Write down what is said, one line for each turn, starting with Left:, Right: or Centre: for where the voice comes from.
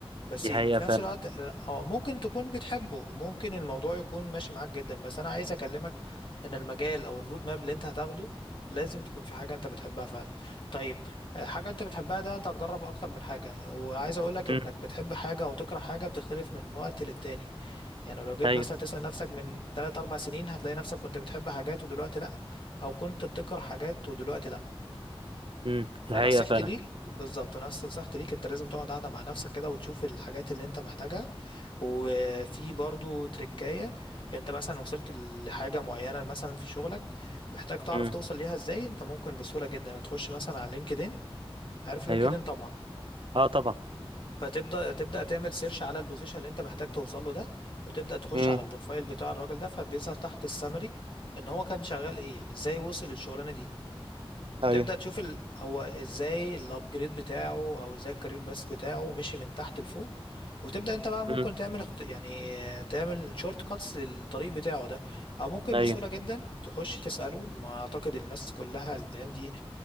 Left: بس
Right: دي
Left: في
Right: حقيقة فعلا
Left: نفس الوقت اه ممكن تكون بتحبه وممكن الموضوع يكون ماشي معاك جدا بس انا عايز اكلمك ان المجال او الرود ماب اللي انت هتاخده لازم تكون في حاجة انت بتحبها فعلا طيب آه، حاجة انت بتحبها ده انت هتجرب اكتر من حاجة وعايز اقولك
Right: مم.
Left: ان انك بتحب حاجة او تكره حاجة بتختلف من وقت للتاني يعني لو جيت
Right: ايوه
Left: مثلا تسأل نفسك من 3 4 سنين هتلاقي نفسك كنت بتحب حاجات ودلوقتي لا او كنت بتكره حاجات ودلوقتي لا
Right: مم.
Left: فنصيحتي
Right: دي حقيقة فعلا
Left: ليك بالظبط نصيحتي ليك انت لازم تقعد قاعدة مع نفسك كده وتشوف الحاجات اللي انت محتاجها وفي برضو تركاية انت مثلا وصلت لحاجة معينة مثلا في شغلك محتاج تعرف
Right: مم.
Left: توصل ليها ازاي انت ممكن بسهولة جدا تخش مثلا على لينكدين عارف لينكدين
Right: ايوه
Left: طبعا
Right: اه طبعا
Left: فتبدا تبدا تعمل سيرش على البوزيشن اللي انت محتاج توصل له ده وتبدا تخش
Right: امم
Left: على البروفايل بتاع الراجل ده فبيظهر تحت السامري ان هو كان شغال ايه يعني ازاي وصل للشغلانة دي
Right: ايوه
Left: تبدأ تشوف ال... هو ازاي الابجريد بتاعه او ازاي الكارير بس بتاعه مشي من تحت لفوق وتبدأ انت بقى ممكن
Right: مم.
Left: تعمل اخت... يعني تعمل شورت كاتس للطريق بتاعه ده او ممكن
Right: ايوه
Left: بسهولة جدا تخش تسأله ما اعتقد الناس كلها الايام دي